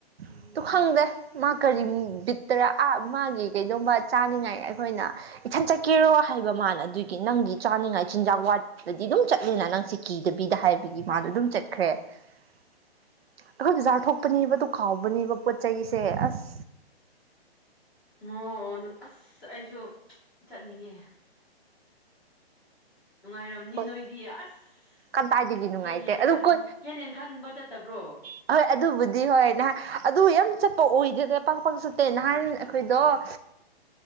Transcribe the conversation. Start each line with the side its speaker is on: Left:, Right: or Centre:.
Centre: ꯎꯝ
Right: ꯑꯗꯨ ꯈꯪꯗꯦ ꯃꯥ ꯀꯔꯤ ꯕꯤꯛꯇꯔ ꯑꯥ ꯃꯥꯒꯤ ꯀꯩꯗꯕ ꯆꯥꯅꯤꯡꯉꯥꯏ ꯑꯩꯈꯣꯏꯅ ꯏꯊꯟ ꯆꯠꯀꯦꯔꯣ ꯍꯥꯏꯕ ꯃꯥꯅ ꯑꯗꯨꯒꯤ ꯅꯪꯒꯤ ꯆꯥꯅꯤꯡꯉꯥꯏ ꯆꯤꯟꯖꯥꯛ ꯋꯥꯠꯇꯗꯤ ꯑꯗꯨꯝ ꯆꯠ ꯆꯠꯂꯦꯅ ꯅꯪꯁꯦ ꯀꯤꯗꯕꯤꯗ ꯍꯥꯏꯕꯒꯤ ꯃꯥꯗꯣ ꯑꯗꯨꯝ ꯆꯠꯈ꯭ꯔꯦ ꯑꯩꯈꯣꯏꯁꯨ ꯆꯥꯔꯊꯣꯛꯄꯅꯦꯕ ꯑꯗꯨ ꯀꯥꯎꯕꯅꯦꯕ ꯄꯣꯠ ꯆꯩꯁꯦ ꯑꯁ
Centre: ꯑꯣ ꯑꯁ ꯑꯩꯁꯨ ꯆꯠꯅꯤꯡꯉꯦ ꯅꯨꯡꯉꯥꯏꯔꯝꯅꯤ
Right: ꯍꯣꯏ
Centre: ꯅꯣꯏꯗꯤ ꯑꯁ
Right: ꯀꯗꯥꯏꯗꯒꯤ
Centre: ꯁꯦꯀꯦꯟ
Right: ꯅꯨꯡꯉꯥꯏꯇꯦ
Centre: ꯍꯦꯟꯟ
Right: ꯑꯗꯨ ꯀꯣꯏ
Centre: ꯁꯦꯀꯦꯟ ꯍꯦꯟ ꯈꯟꯕ ꯆꯠꯇꯕ꯭ꯔꯣ
Right: ꯍꯣꯏ ꯑꯗꯨꯕꯨꯗꯤ ꯍꯣꯏ ꯅꯍꯥꯟ ꯑꯗꯨ ꯌꯥꯝ ꯆꯠꯄ ꯑꯣꯏꯗꯗꯦ ꯄꯥꯛ ꯄꯥꯛ ꯆꯠꯇꯦ ꯅꯍꯥꯟ ꯑꯩꯈꯣꯏꯗꯣ